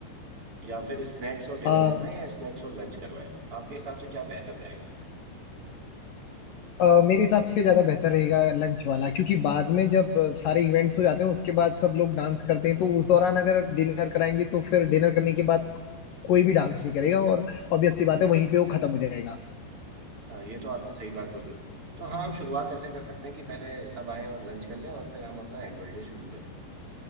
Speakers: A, on the right; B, on the left.
A: या फिर स्नैक्स और डिनर
B: आ,
A: करवाएं या स्नैक्स और लंच करवाएं आपके हिसाब से क्या बेहतर रहेगा
B: आ, मेरे हिसाब से ज्यादा बेहतर रहेगा लंच वाला क्योंकि बाद में जब अ, सारे इवेंट्स हो जाते हैं उसके बाद सब लोग डांस करते हैं तो उस दौरान अगर डिनर कराएंगे तो फिर डिनर करने के बाद कोई भी डांस नहीं करेगा और ऑब्वियस सी बात है वहीं पे वो खत्म हो जाएगा
A: हाँ ये तो आपने सही बात बोली तो हाँ हम शुरुआत ऐसे कर सकते हैं कि पहले सब आएं और लंच कर लें और फिर हम अपना एनुअल डे शुरू करें